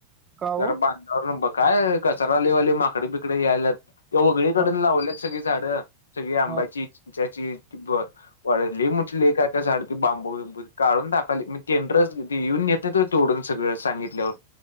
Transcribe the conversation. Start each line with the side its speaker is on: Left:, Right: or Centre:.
Right: का
Left: तर
Right: हो
Left: बांधावर बघ काय कचरा लय व्हालय माकड बिकड यायल्यात उजवीकडून
Right: ह
Left: लावल्यात सगळी झाडं सगळी आंब्याची
Right: ह
Left: चिंचाची वाळली लय मोठी लय काढली काय झाड ते बांबू बिंबू काढून टाकलोय मी टेडरच ते येऊन नेत्यात बघ तोडून सगळं सांगितल्यावर